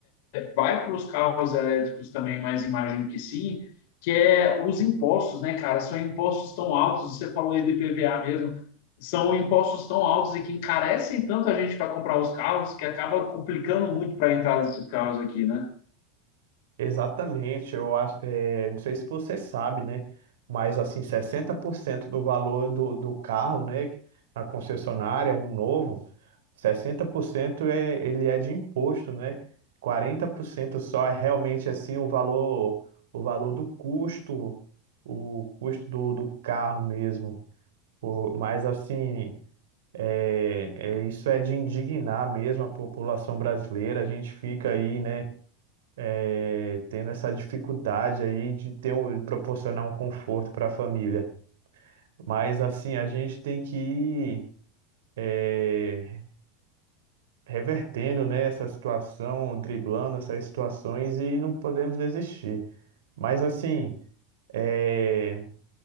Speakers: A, on the left; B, on the right.
A: vai para os carros elétricos também, mas imagino que sim, que é os impostos, né, cara? São impostos tão altos, você falou aí de PVA mesmo, são impostos tão altos e que encarecem tanto a gente para comprar os carros que acaba complicando muito para a entrada desses carros aqui, né?
B: Exatamente, eu acho, eh, não sei se você sabe, né? Mas assim, 60% do valor do, do carro, né? Na concessionária, um novo, 60% é, ele é de imposto, né? quarenta por cento só é realmente assim o valor, o valor do custo, o custo do, do carro mesmo. Pô, Mas assim, É, é, isso é de indignar mesmo a população brasileira. A gente fica aí, né, é, tendo essa dificuldade aí de ter um, de proporcionar um conforto para a família. Mas assim, a gente tem que ir é, revertendo, né, essa situação, driblando essas situações e não podemos desistir. Mas assim, é.